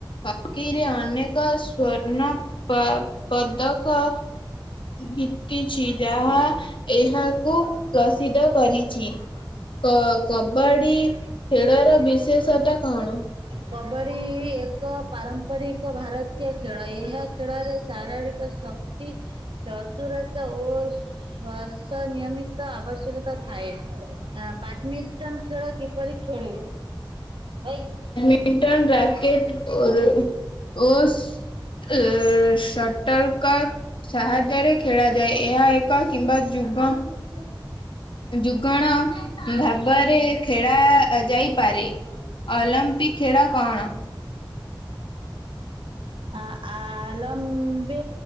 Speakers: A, on the left; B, on the right.
A: ହକିରେ ଅନେକ ସ୍ଵର୍ଣ୍ଣ ପ-ପଦକ ଜିତିଛି ଯାହା ଏହାକୁ ପ୍ରସିଦ୍ଧ କରିଛି। କ- କବାଡି ଖେଳର ବିଶେଷତ୍ବ କଣ?
B: କବାଡି ଏକ ପାରମ୍ପରିକ ଭାରତୀୟ ଖେଳ। ଏହା ଖେ ଳରେ ଶାରରିକ ଶକ୍ତି ଚତୁରତା ଓ ଶ୍ଵାସ ନିୟମିତ ଆବଶ୍ୟକତା ଥାଏ। ଆ, ବାଡମିଣ୍ଟନ ଖେଳ କିପରି ଖେଳେ? ଏଇ
A: ମିଣ୍ଟନ ରାକେଟ୍ ଓ ରୁ ଓ ଏ ସଟଲ କକ୍ ସାହାଯ୍ୟରେ ଖେଳାଯାଏ। ଏହା ଏକ କିମ୍ବା ଯୁଗ
B: <inaudible>
A: ଯୁଗଣ ଭାବରେ ଖେଳା ଯାଇପାରେ। ଅଲମ୍ପିକ୍ ଖେଳ କଣ?
B: ଆ ଆଲମ୍ବ